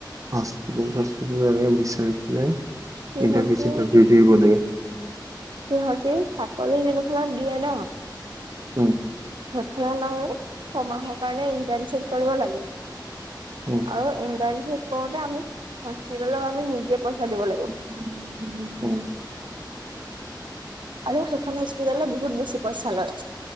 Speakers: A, on the right; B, on the right.
A: হ্পি চ বিচাৰি পেলাই
B: সিহঁতি
A: ইণ্টাৰভিউ চিটাৰভিউ ধৰিব লাগে
B: সিহঁতি চাকৰি নিখনা দিয়ে ন
A: উম
B: সে ছমাহৰ কাৰণে ইন্টাৰ্নশ্বিপ কৰিব লাগে
A: উম
B: আৰু ইণ্ডাইে কৰোতে আমি হস্পিত আমি নিজে পইচা দিব লাগিব
A: <inaudible>
B: আৰু সেইখন হস্পিটালত বহুত বেছি পইচা লয়